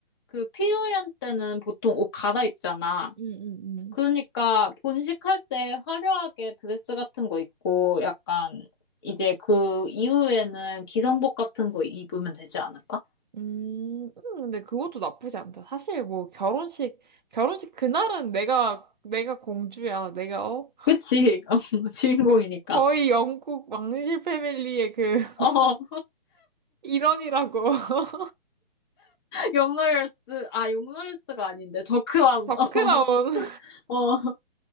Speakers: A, on the left; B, on the right.
A: 그 피노연 때는 보통 옷 갈아입잖아.
B: 음, 음, 음,
A: 그러니까 본식할 때 화려하게 드레스 같은 거 입고 약간 이제 그 이후에는 기성복 같은 거 입으면 되지 않을까?
B: 음, 음, 근데 그것도 나쁘지 않다. 사실 뭐 결혼식, 결혼식 그날은 내가, 내가 공주야. 내가, 어?
A: 그치? <laughs> 어, 주인공이니까.
B: 거의 영국 왕실 패밀리의 그,
A: 어,
B: <laughs> 일원이라고. <laughs>
A: 용노열스, 아, 용노열스가 아닌데, 더크라운.
B: 덕크라운.
A: <laughs> 어, 어.